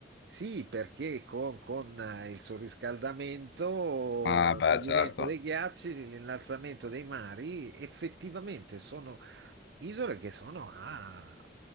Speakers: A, on the right; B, on the left.
A: sì, perché con, con eh, il sorriscaldamento,
B: Ah beh,
A: scioglimento
B: certo.
A: dei ghiacci, l'innalzamento dei mari, effettivamente sono isole che sono a